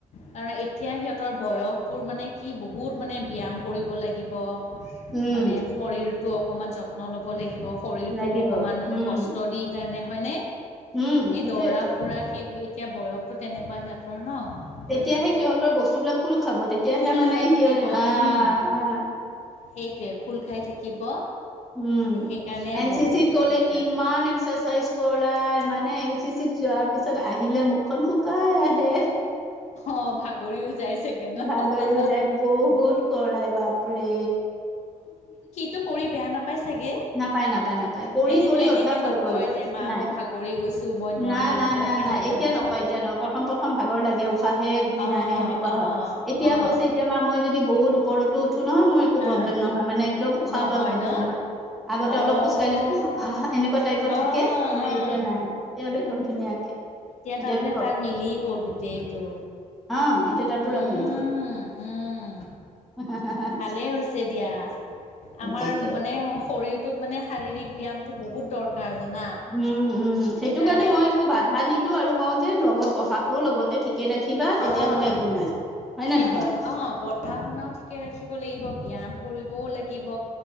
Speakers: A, on the left; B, in the centre.
A: কাৰ এতিয়া সিহঁতৰ বয়সবোৰ মানে কি বহুত মানে ব্যয়াম কৰিব লাগিব।
B: উম,
A: মানে শৰীৰটো অকণমান যত্ন ল'ব লাগিব শৰীৰটোক
B: লাগিব
A: অকণমান
B: উম,
A: কষ্ট দি সেই কাৰণে হয়নে
B: উম,
A: সেই
B: সেইটোয়েতো।
A: দৰা ফুৰা সেই এতিয়া বয়সতো তেনেকুৱা সিহঁতৰ ন। ত
B: তেতিয়াহে
A: সিহঁত
B: সিহঁতৰ বস্তুবলাক খোল খাব তেতিয়াহে
A: খোল
B: মানে
A: খাই থাকিব
B: সি আহ
A: উম সেইটোৱে খোল খাই থাকিব।
B: উম
A: সেইকাৰণে
B: এন
A: বহুত
B: চি চি কলে
A: দৰকাৰ
B: কি ইমান এক্সচাইজ কল মানে এন চি চি যোৱা তাৰপিছত আহিলে মুখখন শুকাই আহে।
A: অ', ভাগৰিও যাই চাগে ন?
B: ভাগৰিও যায় বহুত কৰাই বাপৰে।
A: টো কৰি বেয়া নাপায় চাগে?
B: নাপায় নাপায় নাপায় কৰি
A: এনেতো
B: কৰি
A: এনেকে
B: অঠাস হৈ
A: নকয়
B: গল
A: যে মা
B: নাই
A: মই ভাগৰি গৈছো মই নোৱাৰো
B: না না
A: তেনেকে
B: না নাই। এতিয়া
A: ন?
B: নকয়, এতিয়া নহয় প্ৰথম প্ৰথম ভাগৰ লাগে উশাহে ঘূৰি
A: অ'
B: নাহে সেনেকুৱা
A: অ'
B: হয় এতিয়া
A: অ'
B: কৈছে এতিয়া মা মই যদি বহুত ওপৰতো উঠো নহয় মোৰ একো
A: অ'
B: প্ৰব্লেম নহয় মানে একদম উশাহ
A: নহয়
B: লোৱাত প্ৰব্লেম
A: ন?
B: নহয়। আগতে
A: অ'
B: অলপ খোজ কঢ়িলে হাঁ এনেকুৱা টাইপত
A: অ'
B: থাকে, কিন্তু
A: অ'
B: তয়া নাই, এতিয়া একদম ধুনীয়া কে। এতিয়া
A: তাৰমানে
B: একো্ প্ৰ,
A: তাৰ মিলি গ'ল গোটেইটো।
B: আহ এতিয়া তাৰ পুৰা
A: উম
B: মিলি গল।
A: উম
B: <unintelligible>
A: ভালেই হৈছে দিয়া,
B: তাকেতো।
A: আমাৰ মানে শৰীৰ ত মানে শাৰীৰিক ব্যায়ামটো বহুত দৰকাৰ। কাৰ জানা।
B: উম উম, সেইটো
A: এইকাৰণে
B: কাৰণে মই একো বাধা নিদিওঁ আৰু কওঁ যে লগত পঢ়াটোও লগতে ঠিক ৰাখিবা তেতিয়া
A: অ'
B: হলে একো নাই, হয় নে
A: এই
B: নহয়।
A: পঢ়া অ' পঢ়া শুনাও ঠিকে ৰাখিব লাগিব ব্যায়াম কৰিবও লাগিব।